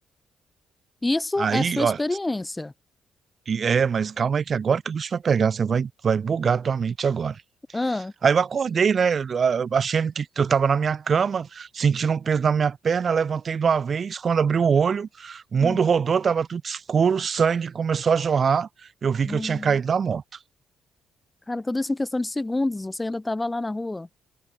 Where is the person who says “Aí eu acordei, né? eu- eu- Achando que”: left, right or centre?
Right